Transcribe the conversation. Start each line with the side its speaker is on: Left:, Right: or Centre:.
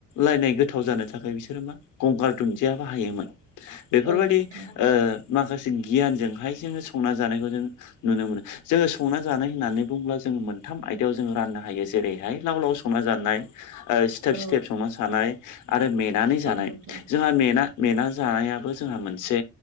Left: लायनाय गोथाव जानो थाखाय बिसोरो मा गंगार दुन्दिया बाहायोमोन। बेफोरबायदि
Right: औ नोंथां
Left: ओ माखासे गियानजोंहाय जोंङो संना जानायखौ जों नुनो मोनो। जोङो संना जानाय होननानै बुङोब्ला जोङो मोनथाम आयदायाव जोङो राननो हायो जेरैहाय लाव लाव संना जानाय ओ सिथेब
Right: औ
Left: सिथेब संना जानाय आरो मेनानै जानाय
Right: औ नोंथां
Left: जोंहा मेना मेना जानायाबो जोंहा मोनसे